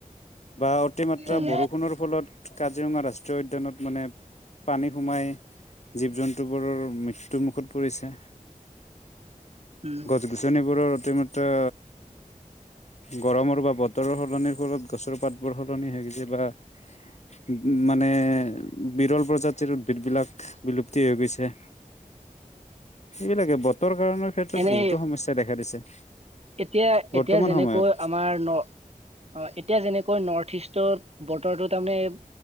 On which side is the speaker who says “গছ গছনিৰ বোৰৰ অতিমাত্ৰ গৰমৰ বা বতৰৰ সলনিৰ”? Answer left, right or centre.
Left